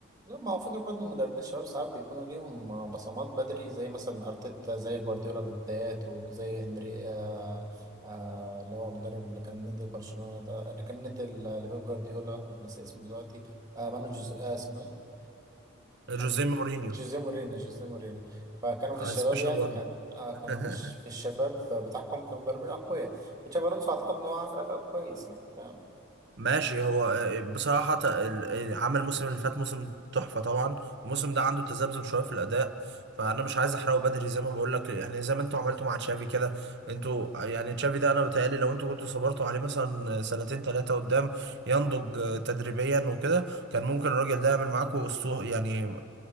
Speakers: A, on the right; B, on the right.
A: لما هو فكره برضه المدربين الشباب ساعات بيكونوا ليهم بصمات بدري زي مثلا ارتيتا زي جوارديولا في بداياته زي انري آه آه اللي هو المدرب اللي كان ندي برشلونه ده اللي كان ندي ل- لبيب جوارديولا ناسي اسمه دلوقتي آه مانو جوز آه اسمه ايه
B: جوزيه
A: <laughs>
B: مورينيو
A: جوزيه مورينو جوزيه مورينو فكانوا في الشباب
B: سبيشال
A: يعني
B: وان
A: كان آه كانوا
B: <laughs>
A: في, الش- في الشباب بتاعهم كانوا مدربين اقوياء وتشابي الونسو اعتقد ان هو عامل اداء كويس يعني فاهم
B: ماشي هو آه، بصراحة ت- ال- ال- عمل الموسم اللي فات موسم تحفة طبعا الموسم ده عنده تذبذب شوية في الأداء فأنا مش عايز أحرقه بدري زي ما بقول لك يعني زي ما أنتوا عملتوا مع تشافي كده أنتوا يعني تشافي ده أنا بيتهيألي لو أنتوا كنتوا صبرتوا عليه مثلا سنتين ثلاثة قدام ينضج آه، تدريبيا وكده كان ممكن الراجل ده يعمل معاكوا أسطو يعني